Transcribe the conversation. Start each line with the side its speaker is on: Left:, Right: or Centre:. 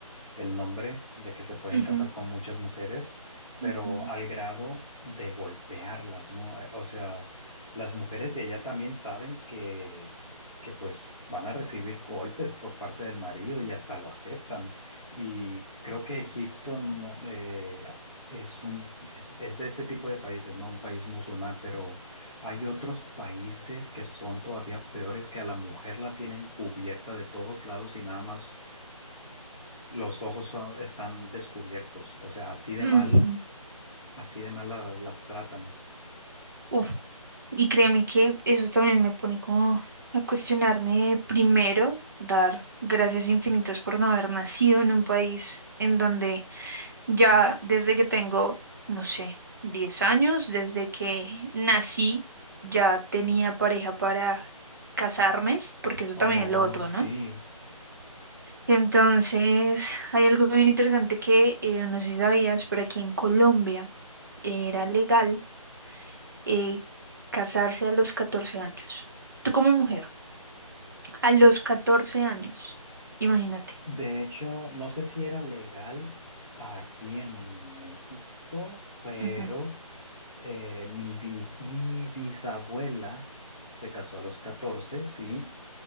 Centre: el nombre de que se pueden
Right: ujú,
Centre: casar con muchas mujeres, pero
Right: ujú,
Centre: al grado de golpearlas, ¿no? Eh, O sea, las mujeres de allá también saben que, que pues van a recibir golpes por parte del marido y hasta lo aceptan. Y creo que Egipto no, eh, es un, es, es de ese tipo de países, no un país musulmán, pero hay otros países que son todavía peores que a la mujer la tienen cubierta de todos lados y nada más los ojos son- están descubiertos, o sea, así de
Right: ujú,
Centre: mal, así de mal la- las tratan.
Right: uf. Y créeme que eso también me pone como a cuestionarme primero, dar gracias infinitas por no haber nacido en un país en donde Ya desde que tengo, no sé, 10 años, desde que nací, ya tenía pareja para casarme, porque eso
Centre: Oh,
Right: también es lo otro,
Centre: sí.
Right: ¿no? Entonces, hay algo bien interesante que eh, no sé si sabías, pero aquí en Colombia era legal eh, casarse a los catorce años. Tú como mujer, a los 14 años, imagínate.
Centre: De hecho, no sé si era legal aquí en México, pero
Right: Ujú,
Centre: eh, mi, bis- mi bisabuela se casó a los 14, sí,